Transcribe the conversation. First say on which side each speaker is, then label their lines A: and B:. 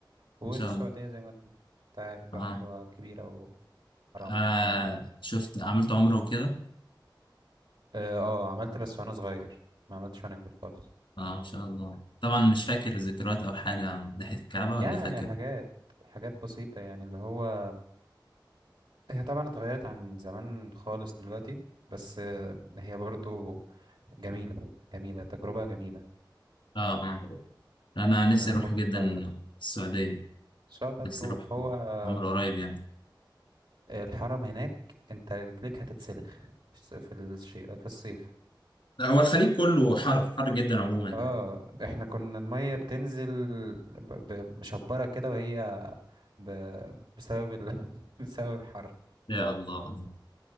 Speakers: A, on the right; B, on the left.
A: والسعودية
B: ان شاء الله
A: زي ما انت عارف بقى
B: اه,
A: اللي هو كبيرة وحرام
B: آه
A: والحاجات دي كلها
B: شفت عملت عمره وكده
A: اه آه، عملت بس وانا صغير ما عملتش وانا كبير خالص
B: اه ان شاء الله طبعا مش فاكر
A: م.
B: ذكريات او حاجه عن ناحيه الكعبه ولا
A: يعني
B: فاكر
A: حاجات حاجات بسيطة يعني اللي هو هي طبعا اتغيرت عن زمان خالص دلوقتي بس آه، هي برضو جميلة جميلة تجربة جميلة
B: اه اه انا نفسي
A: اللي
B: اروح
A: هو
B: جدا
A: آه، إن
B: السعوديه
A: شاء الله تروح
B: نفسي أروح
A: هو آه،
B: عمر قريب يعني
A: الحرم هناك أنت رجليك هتتسلخ في الشيء في الصيف
B: لا هو الخليج كله حر حر جدا عموما
A: اه احنا كنا المية بتنزل ب- ب- مشبرة كده وهي ب... بسبب ال... <laughs> بسبب الحر
B: يا الله